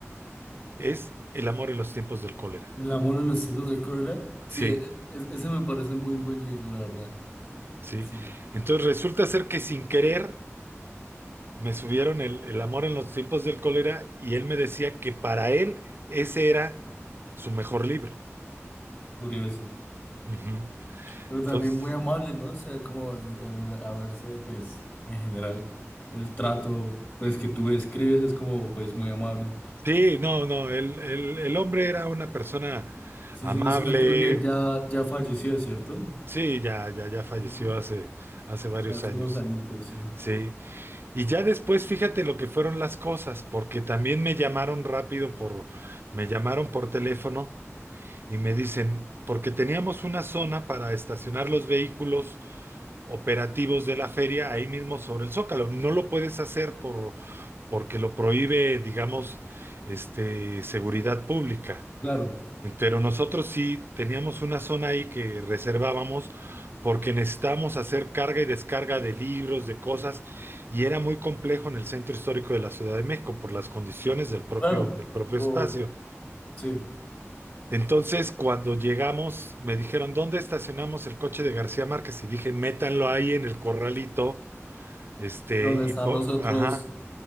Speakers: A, on the right; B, on the left.
A: es El amor en los tiempos del cólera.
B: El amor en los cielos de Cólera. Sí,
A: Sí,
B: e- e- ese me parece muy buen libro, la verdad.
A: sí.
B: Sí,
A: Entonces resulta ser que sin querer me subieron el, el amor en los tiempos del cólera y él me decía que para él ese era su mejor libro.
B: curioso.
A: Ujú.
B: Pero
A: Entonces,
B: también muy amable, ¿no? O sea, como el, el haberse, pues, en general, el trato, pues, que tú describes es como, pues, muy amable.
A: sí, no, no, el, el- el hombre era una persona
B: Sí,
A: amable.
B: sí, no sé, creo que ya, ya falleció, ¿cierto?
A: Sí, ya, ya, ya falleció
B: Ujú.
A: hace, hace varios
B: Hace
A: años.
B: unos añitos, sí.
A: Sí, y ya después fíjate lo que fueron las cosas, porque también me llamaron rápido por, me llamaron por teléfono y me dicen, porque teníamos una zona para estacionar los vehículos operativos de la feria ahí mismo sobre el Zócalo. No lo puedes hacer por, porque lo prohíbe, digamos, este, seguridad pública.
B: Claro,
A: Pero nosotros sí teníamos una zona ahí que reservábamos porque necesitábamos hacer carga y descarga de libros, de cosas, y era muy complejo en el centro histórico de la Ciudad de México por las condiciones del propio,
B: claro,
A: del propio
B: por,
A: espacio.
B: sí,
A: Entonces, cuando llegamos, me dijeron, ¿dónde estacionamos el coche de García Márquez? Y dije, métanlo ahí en el corralito este,
B: ¿Dónde
A: y
B: están
A: po-
B: los otros,
A: ajá.